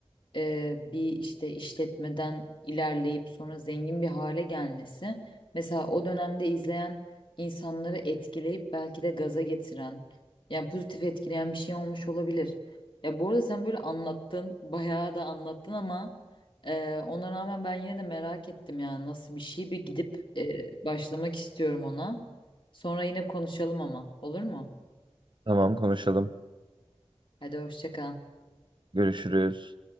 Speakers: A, on the left; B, on the right.
A: e, bir işte işletmeden ilerleyip sonra zengin bir hale gelmesi mesela o dönemde izleyen insanları etkileyip belki de gaza getiren yani pozitif etkileyen bir şey olmuş olabilir. Ya bu arada sen böyle anlattın bayağı da anlattın ama e, ona rağmen ben yine de merak ettim yani nasıl bir şey bir gidip e, başlamak istiyorum ona. Sonra yine konuşalım ama olur mu?
B: Tamam konuşalım.
A: Hadi hoşça kal.
B: Görüşürüz.